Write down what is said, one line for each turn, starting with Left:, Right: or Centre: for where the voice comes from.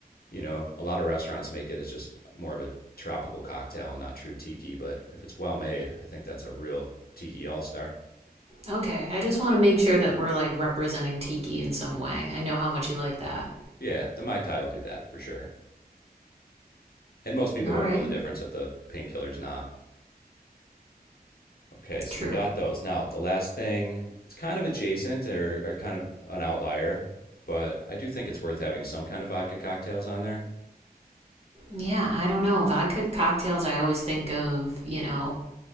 Left: You know, a lot of restaurants make it as just more of a tropical cocktail and not true tiki, but if it's well made, I think that's a real tiki all star.
Right: Okay, I just want to make sure that we're like representing tiki in some way. I know how much you like that.
Left: Yeah, the Mai Tai will do that for sure. And most people
Right: All
Left: won't
Right: right,
Left: know the difference that the painkiller's not. Okay, so
Right: true.
Left: we got those. Now, the last thing, it's kind of adjacent or, or kind of an outlier, but I do think it's worth having some kind of vodka cocktails on there.
Right: Yeah, I don't know. Vodka cocktails, I always think of, you know,